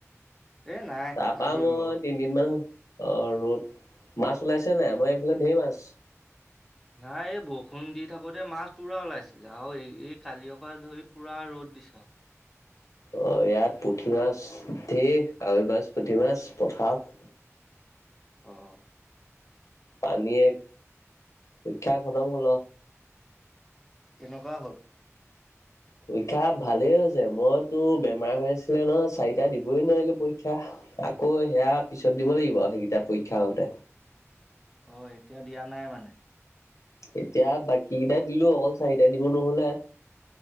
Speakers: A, in the centre; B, on the left.
A: এ নাই
B: তাৰপা
A: আজি
B: মই
A: ৰ
B: তিনিদিন মান অ ৰ'দ মাছ ওলাইছে নাই আমাৰ এইফালে ধেৰ মাছ।
A: নাই এই বৰষুণ দি থাকোতে মাছ পুৰা ওলাইছিলে আৰু এই এই কালিৰপ পৰা ধৰি পুৰা ৰ'দ দিছে আৰু,
B: অ', ইয়াত পুঠি মাছ ধেৰ কাৱৈ মাছ পুঠি মাছ পথাৰত!
A: অঁ!
B: পানীয়ে, পৰীক্ষা খতম হ'ল অ'।
A: কেনেকুৱা হ'ল?
B: পৰীক্ষা ভালেই হৈছে। মই তোৰ বেমাৰ হৈ আছিলে নহয় চাৰিটা দিবই নোৱাৰিলোঁ পৰীক্ষা। আকৌ হেয়া পিছত দিব লাগিব সেইকেইটা পৰীক্ষা হওঁতে।
A: অঁ, এতিয়া দিয়া নাই মানে?
B: এতিয়া বাকী কেইটা দিলোঁ, অকল চাৰিটা দিব নহ'লে।